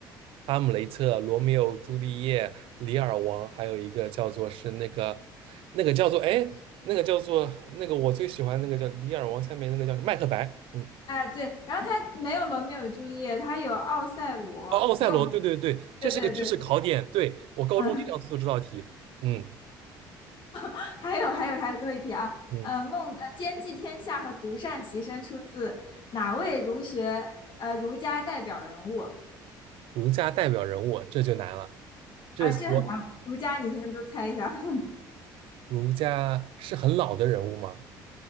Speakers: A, on the right; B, on the left.
A: 《哈姆雷特》《罗密欧与朱丽叶》《李尔王》，还有一个叫做是那个那个叫做哎，那个叫做那个我最喜欢那个叫《李尔王》，下面那个叫什么麦克白》，嗯，
B: 哎对，然后他没有罗密欧与朱丽叶，他有奥赛罗，
A: 哦，《奥赛罗》，
B: 因为我们
A: 对对对，这是个知识考点，
B: 对对对，
A: 对，我高中经常做这道题，
B: 嗯，
A: 嗯
B: <laughs> 还有还有还有最后一题啊，
A: 嗯，
B: 呃，梦呃兼济天下和独善其身出自哪位儒学呃儒家代表人物啊？
A: 儒家代表人物这就难了，这我
B: 啊这很难，儒家你先都猜一下。<laughs>
A: 儒家是很老的人物吗？